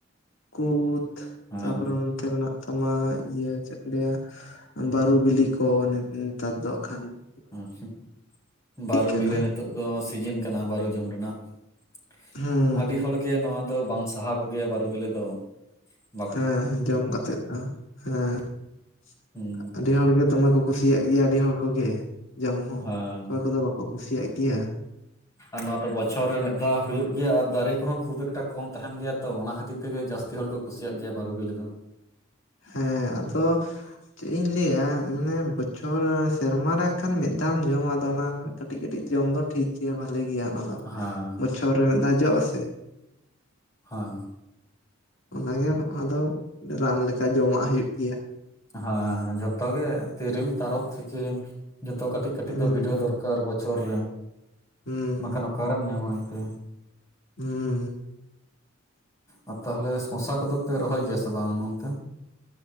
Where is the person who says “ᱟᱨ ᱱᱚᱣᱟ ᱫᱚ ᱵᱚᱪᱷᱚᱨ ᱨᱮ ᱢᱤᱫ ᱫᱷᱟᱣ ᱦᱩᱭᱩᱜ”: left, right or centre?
Left